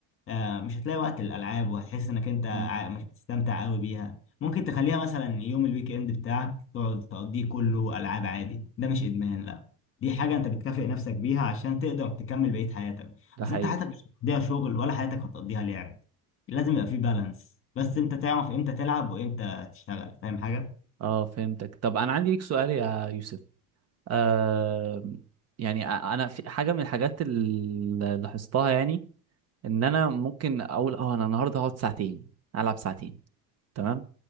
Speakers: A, on the left; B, on the right.
A: آه، مش هتلاقي وقت للألعاب وهتحس إنك أنت عا-
B: مم.
A: مش بتستمتع قوي بيها ممكن تخليها مثلا يوم الويك إند بتاعك تقعد تقضيه كله ألعاب عادي ده مش إدمان لا دي حاجة أنت بتكافئ نفسك بيها عشان تقدر تكمل بقية حياتك
B: ده
A: أصل
B: حقيقي
A: أنت حياتك مش هتقضيها شغل ولا حياتك هتقضيها لعب لازم يبقى في بالانس بس أنت تعرف إمتى تلعب وإمتى تشتغل فاهم حاجة؟
B: اه فهمتك طب انا عندي ليك سؤال يا يوسف آه يعني أ- انا في حاجة من الحاجات اللي لاحظتها يعني ان انا ممكن اقول اه انا النهارده هقعد ساعتين العب ساعتين تمام